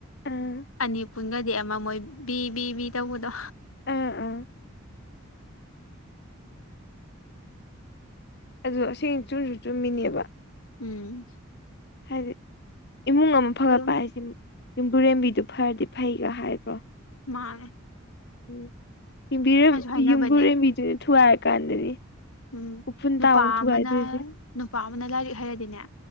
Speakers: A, on the left; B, on the left.
A: ꯑꯥ
B: ꯑꯅꯤ ꯄꯨꯟꯒꯗꯤ ꯑꯃ ꯃꯣꯏ ꯕꯤ ꯕꯤ ꯕꯤ ꯇꯧꯕꯗꯣ
A: ꯑꯥ ꯑꯥ ꯑꯗꯨꯗꯣ ꯑꯁꯦꯡ ꯆꯨꯝꯁꯨ ꯆꯨꯝꯃꯤꯅꯦꯕ
B: ꯎꯝ
A: ꯍꯥꯏꯗꯤ ꯏꯃꯨꯡ ꯑꯃ ꯐꯒꯠꯄ
B: ꯑꯗꯨꯝ
A: ꯍꯥꯏꯁꯦ ꯌꯨꯝꯕꯨꯔꯦꯝꯕꯤꯗꯨ ꯐꯔꯗꯤ ꯐꯩꯒ ꯍꯥꯏꯕ꯭ꯔꯣ
B: ꯃꯥꯅꯦ
A: ꯎꯝ ꯌꯕꯤ
B: ꯍꯥꯏꯅꯕꯅꯦ
A: ꯌꯨꯝꯕꯨꯔꯦꯝꯕꯤꯗꯨꯅ ꯊꯨꯒꯥꯏꯔꯀꯥꯟꯗꯅꯤ
B: ꯎꯝ
A: ꯎꯐꯨꯟ
B: ꯅꯨꯄꯥ
A: ꯇ ꯎ ꯊꯨꯒꯥꯏꯗꯣꯏꯁꯦ
B: ꯑꯃꯅ ꯅꯨꯄꯥ ꯑꯃꯅ ꯂꯥꯏꯔꯤꯛ ꯍꯩꯔꯗꯤꯅꯦ